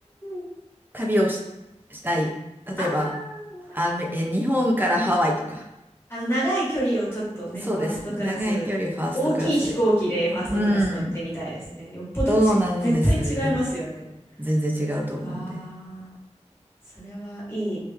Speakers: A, on the left; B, on the right.
A: ん、
B: 旅をし、したい。例えば、
A: あー、わかる。
B: アメ、え、日本からハワイとか。
A: あの、長い距離をちょっとね、
B: そうです。
A: ファーストクラス、
B: 長い距離ファーストクラスで。
A: 大きい飛行機でファーストクラス乗ってみたいですね。
B: うん。
A: よっぽどち、
B: そうなんです。
A: 絶対違いますよね。
B: 全然違うと思うんで。
A: ああ、それはい